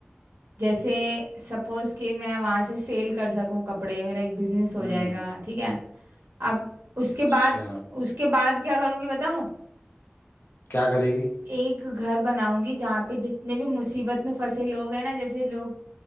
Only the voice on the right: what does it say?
जैसे सपोज कि मैं वहां से सेल कर सकूं कपड़े मेरा एक बिजनेस हो
जाएगा ठीक है अब उसके
बाद उसके बाद क्या करूंगी बताऊं
एक घर बनाऊंगी जहाँ पे जितने भी मुसीबत में फंसे लोग हैं ना जैसे लोग